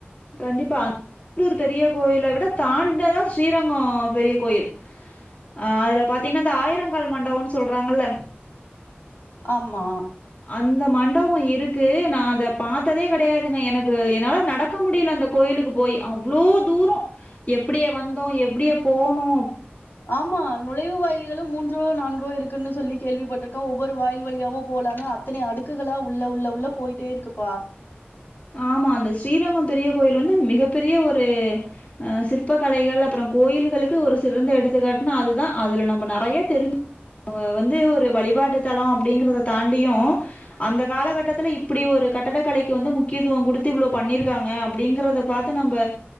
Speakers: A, on the left; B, on the left.
A: கண்டிப்பா அந்தர் பெரிய கோயிலை விட தாண்டதா ஸ்ரீரங்கம் பெரிய கோயில் அஅதுல பாத்தீங்கன்னா அ ஆயிரங்கால் மண்டபம்ன்னு சொல்றாங்கல்ல
B: ஆமா.
A: அந்த மண்டபோ இருக்கு நா அத பாத்ததே கெடயாதுங்க எனக்கு என்னால நடக்க முடியல அந்த கோயிலுக்கு போய் அவ்ளோ தூரோ எப்படிய வந்தோ எப்டிய போனோ
B: ஆமா நுழைவு வாயில்களு மூன்றோ நான்கோ இருக்குன்னு சொல்லி கேள்விப்பட்டிருக ஒவ்வொரு வாயில் வழியாவு போலான்னு அத்தன அடுக்குகளா உள்ள உள்ள உள்ள போயிட்டே இருக்குப்பா
A: ஆமா அந்த ஸ்ரீரங்கம் பெரிய கோயில் வந்து மிகப்பெரிய ஒரு அ சிற்ப கலைகள் அப்பற கோயில்களுக்கு ஒரு சிறந்த எடுத்துக்காட்னா அதுதா அதுல நம்ம நெறைய தெரிஞ்ச வந்து ஒரு வழிபாட்டு தலம் அப்டிங்கறத தாண்டியு அந்த காலகட்டத்துல இப்டி ஒரு கட்டிடக்கலைக்கு வந்து முக் கியத்துவோ குடுத்து இவ்ளோ பண்ணிருக்காங்க அப்டிங்கறத பாத் த்த நம்ம